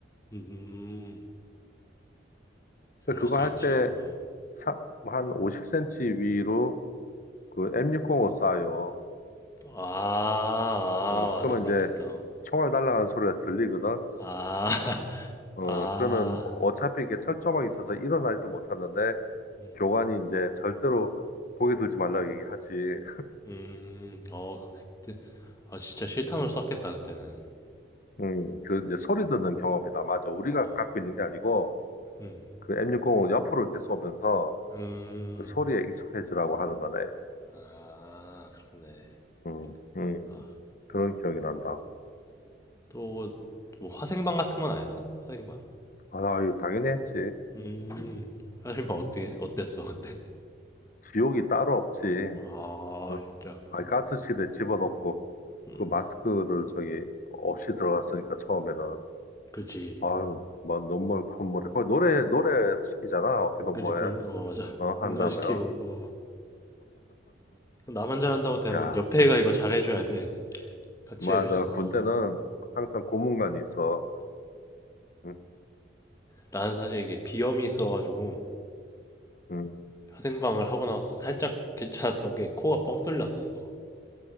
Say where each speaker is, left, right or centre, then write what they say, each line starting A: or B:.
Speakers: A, on the left (about 15°); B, on the left (about 45°).
A: 음. 음. 그럴
B: 근데 그거
A: 수
B: 할때
A: 있지. 어.
B: 사, 한 50cm 위로 그 M605 쏴요.
A: 아,
B: 어,
A: 아,
B: 그러면
A: 맞아. 그렇겠다.
B: 이제
A: 어.
B: 총알 날아가는 소리가 들리거든.
A: 아, <laughs>
B: 어,
A: 아.
B: 그러면 어차피 이게 철조망이 있어서 일어나지도 못하는데
A: 음,
B: 교관이 이제 절대로 보게 들지 말라고 얘기하지.
A: 음, 어, 그- 그때. 아, 진짜 실탄으로 쐈겠다, 그때는.
B: 음, 그 이제 소리 듣는 경험이다. 맞아. 우리가
A: 아,
B: 갖고 있는 게 아니고
A: 음,
B: 그 M605 옆으로 이렇게 쏘면서
A: 음.
B: 그 소리에 익숙해지라고 하는 거네.
A: 아, 그렇네.
B: 음, 음,
A: 아,
B: 그런 기억이 난다.
A: 또, 뭐, 화생방 같은 건 안 했어? 화생방.
B: 아, 유 당연히 했지.
A: 음, 화생방 어떻게, 어땠어, 그때?
B: 지옥이 따로 없지.
A: 아,
B: 어?
A: 진짜.
B: 아니, 가스실에 집어넣고
A: 음,
B: 그 마스크를 저기 없이 들어갔으니까 처음에는
A: 그치.
B: 아유 뭐 눈물 콧물이 거의 노래 노래 시키잖아 어깨동무에
A: 그치, 군, 어, 맞아.
B: 어
A: <laughs> 군가시키고,
B: 한다며
A: 어. 나만 잘한다고 되는
B: 야
A: 것, 옆에 애가 이거 잘해줘야 돼. 같이
B: 맞아
A: 해주잖아.
B: 군대는
A: 어.
B: 항상 고문관이 있어 응,
A: 난 사실 이게 비염이 있어가지고
B: 응.
A: 화생방을 하고 나서 살짝 괜찮았던 게 코가 뻥 뚫렸었어.